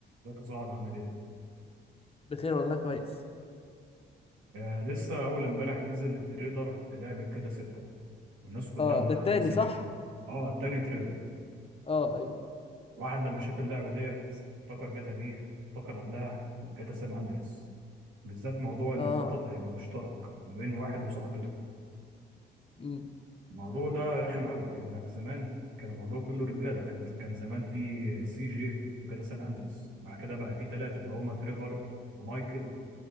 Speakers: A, on the right; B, on the left.
A: ازيك صعب عامل ايه؟
B: بخير والله كويس
A: آه لسه اول امبارح نزل التريلر للعبة كده ستة والناس كلها
B: اه
A: متحمسة
B: ده التاني صح
A: ليها اه تاني تريلر
B: اه ايوه
A: واحد لما شاف اللعبة ديت افتكر جاتا فيه افتكر قبلها جاتا سان اندريس بالذات موضوع ان
B: اه
A: البطل هيبقى مشترك ما بين واحد وصاحبته
B: مم.
A: الموضوع ده رخم قوي لانك زمان كان الموضوع كله رجالة كان كان زمان في سي جي وجاتا سان اندريس مع كده بقى في ثلاثة اللي هم تريفر ومايكل